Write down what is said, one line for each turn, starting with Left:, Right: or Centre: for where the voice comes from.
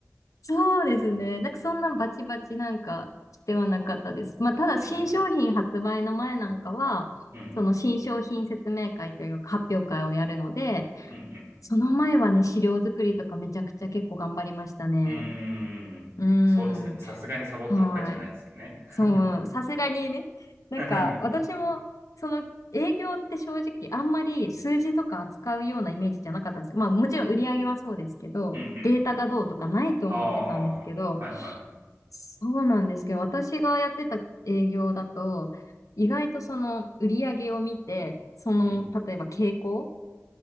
Left: そうですね。なんかそんなバチバチなんかしてはなかったです。まあただ新商品発売の前なんかは、
Right: うんうん。
Left: その新商品説明会というか発表会をやるので、
Right: うんうん
Left: その前はね、資料作りとかめちゃくちゃ結構頑張りましたね。
Right: うん。うーん。
Left: うー
Right: そうですよね。
Left: ん。
Right: さすがにサボってばっかりじゃないですよね。
Left: はい。
Right: <laughs>
Left: そう、さすがにね。なんか、
Right: <laughs>
Left: 私も、その、営業って正直、あんまり数字とか扱うようなイメージじゃなかったんです。まあ、もちろん売り上げはそうですけど、
Right: うんうんうん。
Left: データがどうとかないと思ってたんですけど、
Right: ああ、はいはい。
Left: そうなんですけど、私がやってた営業だと、意外とその売り上げを見て、その、
Right: うん。
Left: 例えば傾向、